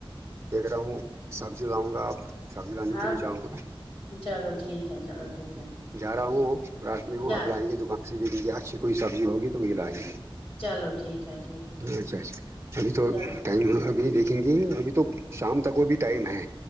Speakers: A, on the right; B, on the left.
A: دیکھ رہا ہوں سبزی لاؤں گا آپ سبزی لانے کے
B: اب
A: لیے جاؤں گا
B: چلو ٹھیک ہے چلو ٹھیک ہے
A: جا رہا ہوں راشنی ہ
B: کیا
A: اب لائیں گے دکان سے دیک دیں گے اچھی کوئی سبزی ہوگی تو وہ لائیں گے
B: چلو ٹھیک ہے ٹھیک ہے
A: اچھا اچھا ابھی تو
B: چلو
A: ٹائم ابھی دیک تھنگنگ ابھی تو شام تک وہ بھی ٹائم ہے